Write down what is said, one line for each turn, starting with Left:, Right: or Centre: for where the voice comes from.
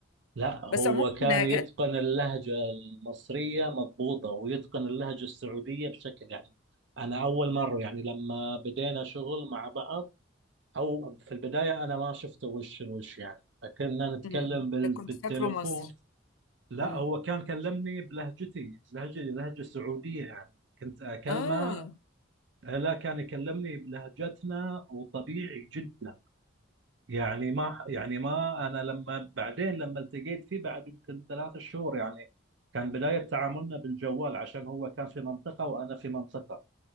Right: لا هو
Left: بس عموما
Right: كان
Left: اللهجات
Right: يتقن اللهجة المصرية مضبوطة ويتقن اللهجة السعودية بشكل يعني انا اول مرة يعني لما بدينا شغل مع بعض او في البداية انا ما شفته وش الوش يعني فكنا نتكلم
Left: مم.
Right: بال-
Left: كنت
Right: بالتليفون
Left: فاكره مصري
Right: لا
Left: مم.
Right: هو كان كلمني بلهجتي بلهجة لهجة سعودية يعني كنت أكلمه
Left: اه
Right: لا كان يكلمني بلهجتنا وطبيعي جدا يعني ما يعني ما أنا لما بعدين لما التقيت فيه بعد يمكن ثلاث شهور يعني كان بداية تعاملنا بالجوال عشان هو كان في منطقة وأنا في منطقة